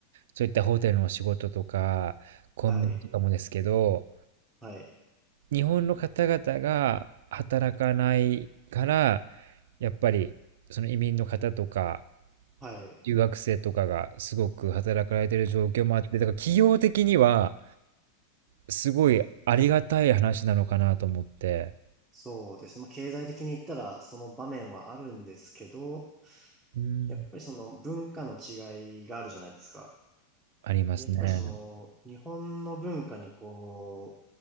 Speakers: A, on the right (about 70°); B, in the centre.
A: そういったホテルの仕事とか、コンビニとかもですけど、
B: はい。はい。
A: 日本の方々が働かないから、やっぱりその移民の方とか、
B: はい。
A: 留学生とかがすごく働かれてる状況もあって、だから企業的にはすごいありがたい話なのかなと思って、
B: そうですね。まあ、経済的に言ったらその場面はあるんですけど、
A: うん、
B: やっぱりその文化の違いがあるじゃないですか。
A: ありますね。
B: で、やっぱりその日本の文化にこ